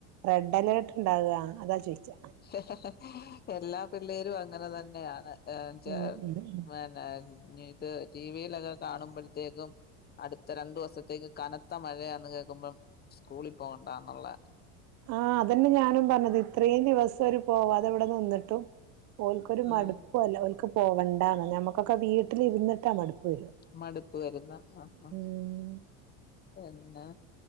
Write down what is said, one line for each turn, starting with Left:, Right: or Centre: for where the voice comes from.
Right: റെഡ് അലേർട്ട് ഉണ്ടാകുക അതാ ചോദിച്ചത്
Left: ഹ്ഹ ഹ എല്ലാ പിള്ളേരും അങ്ങനെ തന്നെയാണ്. എങ്ങനേച്ച
Right: ഉം ഉം ഉം
Left: പിന്നെ ഇന്ക് ടി വിയിലൊക്കെ കാണുമ്പോഴത്തേക്കും അടുത്ത രണ്ടു ദിവസത്തേക്ക് കനത്ത മഴയാന്ന് കേക്കുമ്പോ സ്കൂളീ പോകണ്ടാന്നുള്ള
Right: ആഹ അതന്നെ ഞാനും പറഞ്ഞത് ഇത്രയും ദിവസം ഒരു പോവാതെ ഇവിടെ നിന്നിട്ടും ഓലക്കൊരു
Left: ആഹ്
Right: മടുപ്പും അല്ല ഓലക്ക് പോവേണ്ടാന്ന്. ഞമ്മക്കൊക്കെ വീട്ടിലിരുന്നിട്ടാ മടുപ്പ്, വരും
Left: മടുപ്പ് വരുന്നാ, ആഹ അഹ്,
Right: ഉം
Left: എന്നാ